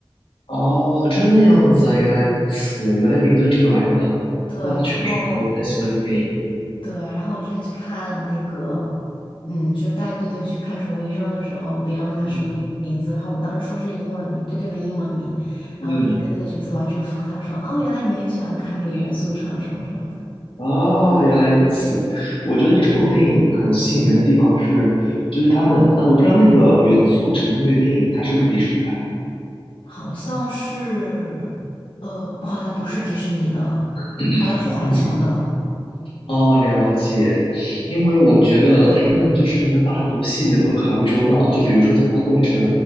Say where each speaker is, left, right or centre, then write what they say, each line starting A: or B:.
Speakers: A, on the left; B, on the left.
A: 哦，这样子啊，原来如此，原来名字是这么来的啊，
B: 对，
A: 那确实很很喜欢这部电影，
B: 然后
A: 嗯
B: 对，然后我之前去看那个，嗯，就带队队去看宠物医生的时候，别人问他什么名名字，
A: 嗯
B: 然后我们当时说是英文名，队队的英文名，然后就是跟那个角色完全符合。
A: 嗯。
B: 他说：“哦，原来你也喜欢看那个元素城什么什么的，
A: 哦，原来如此。我觉得这种电影很吸引人的地方是，就是他们，啊，我不知道那个《元素城》的那个电影，它是不是迪士尼的？
B: 好像是，呃，不好像不是迪士尼的，
A: <clears throat>
B: 好像是环球的，
A: 嗯哦，了解，因为我觉得他们就是能把很多细节都考虑周到，就比如说《疯狂动物城》，